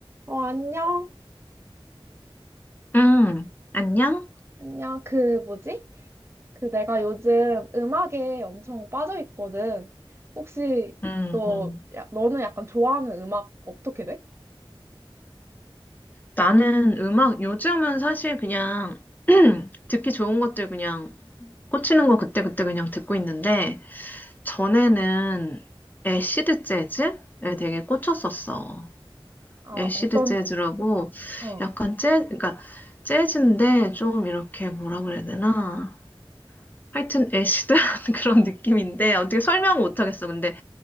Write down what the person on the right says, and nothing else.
어, 안녕.
안녕. 그, 뭐지? 그, 내가 요즘 음악에 엄청 빠져 있거든. 혹시,
너,
야, 너는 약간 좋아하는 음악 어떻게 돼?
아,
어떤,
어,